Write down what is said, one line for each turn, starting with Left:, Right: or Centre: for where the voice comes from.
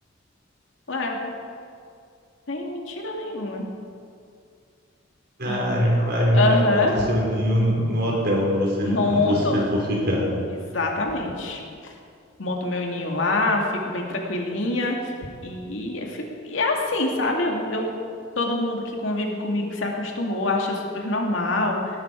Left: Levo. Sem mentira nenhuma.
Right: Caramba,
Left: E
Right: aí,
Left: aham,
Right: aí monta seu ninho no, no hotel onde você,
Left: monto.
Right: onde você for ficar.
Left: Exatamente. Monto meu ninho lá, fico bem tranquilinha. E é, fi- e é assim, sabe? Eu, eu- todo mundo que convive comigo se acostumou, acha super normal.